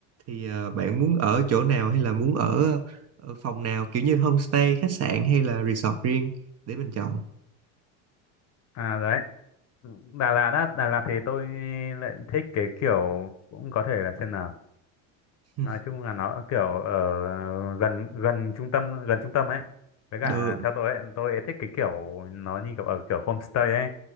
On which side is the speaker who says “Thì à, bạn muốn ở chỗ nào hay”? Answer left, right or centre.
Right